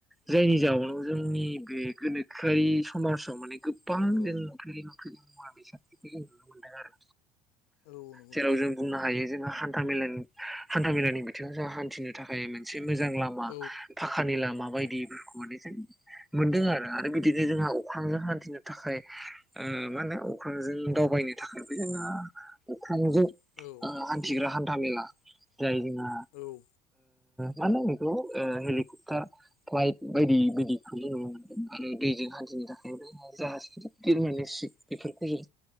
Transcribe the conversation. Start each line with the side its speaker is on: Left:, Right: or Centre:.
Centre: जायनि जाउनाव जोंनि बे गोनोखोयारि समाजाव माने गोबां
Left: औ
Centre: जों नुफेरै नुफेरै मुवा-बेसादखौ जों नुनो मोनदों आरो
Left: औ नंगौ
Centre: जेराव
Left: नोंथां
Centre: जों बुंनो हायो जोंहा हा हानथा- मेलानि बिथिङाव जों हानथिनो थाखाय मोनसे मोजां लामा
Left: औ
Centre: फाखानि लामा बायदिफोरखौ माने जों मोनदों आरो आरो बिदिनो जोंहा खांजों हानथिनो थाखाय ओ माने अख्रांजों दावबायनो थाखायबो जोङो अखं ख्रांजों
Left: औ औ
Centre: हानथिग्रा हानथा मेला जाय जोंहा
Left: औ
Centre: मानो नांगौ बेखौ ओ हेलिकप्टार, फ्लाइट बायदि बायदिखौ जों आरो दैजों हानथिनो थाखाय जाहाज गिरमनो <unintelligible> सिक बेफोरखौ जों